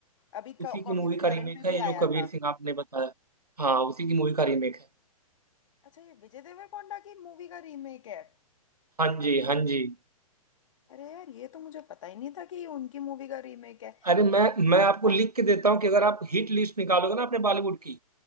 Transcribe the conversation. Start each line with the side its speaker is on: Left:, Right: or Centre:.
Left: अभी
Right: उसी
Left: कॉफी
Right: की मूवी
Left: विद
Right: का
Left: करण
Right: रीमेक
Left: पे भी
Right: है ये जो
Left: आया
Right: कबीर
Left: था
Right: सिंह आपने बताया हाँ उसी की मूवी का रीमेक है
Left: अच्छा ये विजय देवरकोंडा की मूवी का रीमेक है
Right: हाँ जी हाँ जी
Left: अरे यार ये तो मुझे पता ही नहीं था कि ये उनकी मूवी का रीमेक है
Right: अरे मैं मैं आपको लिख के देता हूँ कि अगर आप हिट लिस्ट निकालोगे ना अपने बॉलीवुड की